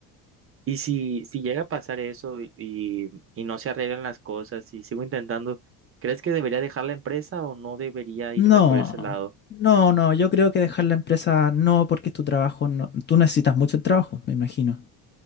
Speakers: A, on the right (about 30°); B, on the left (about 25°).
A: Y si, si llega a pasar eso y, y y no se arreglan las cosas y sigo intentando, ¿crees que debería dejar la empresa o no debería
B: No,
A: irme por ese lado?
B: no, no, yo creo que dejar la empresa no, porque es tu trabajo, no, tú necesitas mucho el trabajo, me imagino.